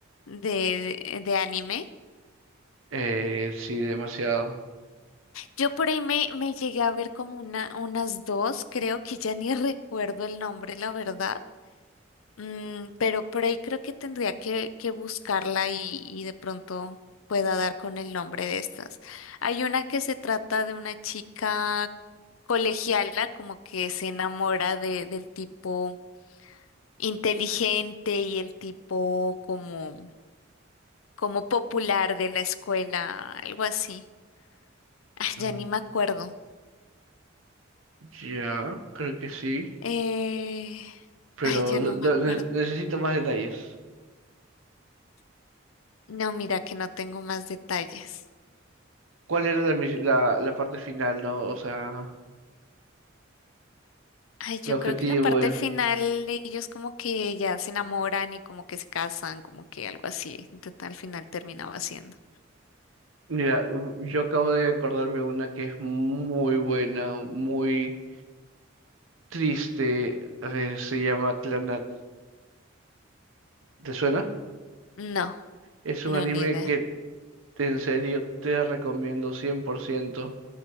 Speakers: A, on the left (about 85°); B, on the right (about 80°).
A: de, de de anime?
B: Eh, sí, demasiado.
A: Yo por ahí me, me llegué a ver como una, unas dos, creo que ya ni <laughs> recuerdo el nombre, la verdad. Mm, pero por ahí creo que tendría que, que buscarla y, y de pronto pueda dar con el nombre de estas. Hay una que se trata de una chica colegiala, como que se enamora de, del tipo inteligente y el tipo como, como popular de la escuela, algo así. <laughs> Ah,
B: Ah,
A: ya ni me acuerdo.
B: Ya, creo que sí.
A: Eh,
B: Pero
A: ay, ya
B: do-
A: no me
B: do-
A: acuerdo.
B: ne- necesito más detalles.
A: No, mira que no tengo más detalles.
B: ¿Cuál era la, mis- la, la parte final, no? O sea,
A: Ay, yo
B: el objetivo.
A: creo que la parte
B: eh.
A: final ellos como que ya se enamoran y como que se casan, como que algo así. Entonces, al final terminaba haciendo.
B: Mira, mm, yo acabo de acordarme una que es muy buena, muy triste. eh, se llama Clanat. ¿Te suena?
A: No,
B: Es
A: no,
B: un anime
A: ni idea.
B: que te- en serio te recomiendo 100%.